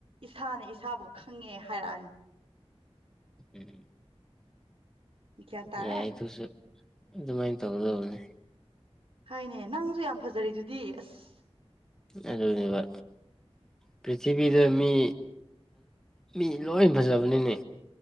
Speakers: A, on the right (about 60°); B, in the centre.
A: ꯏꯁꯥꯅ ꯏꯁꯥꯕꯨ ꯈꯪꯉꯦ ꯍꯥꯏꯔꯛꯑꯅꯤ
B: ꯎꯝ
A: ꯒ꯭ꯌꯥꯟ ꯇꯥꯔꯦ
B: ꯌꯥꯏ ꯑꯗꯨꯁꯨ ꯑꯗꯨꯃꯥꯏꯅ ꯇꯧꯒꯗꯧꯕꯅꯦ
A: ꯍꯥꯏꯅꯦ ꯅꯪꯁꯨ ꯌꯥꯝ ꯐꯖꯔꯤ ꯑꯗꯨꯗꯤ ꯑꯁ
B: ꯑꯕ ꯄ꯭ꯔꯤꯊꯤꯕꯤꯗ ꯃꯤ ꯃꯤ ꯂꯣꯏ ꯐꯖꯕꯅꯤꯅꯦ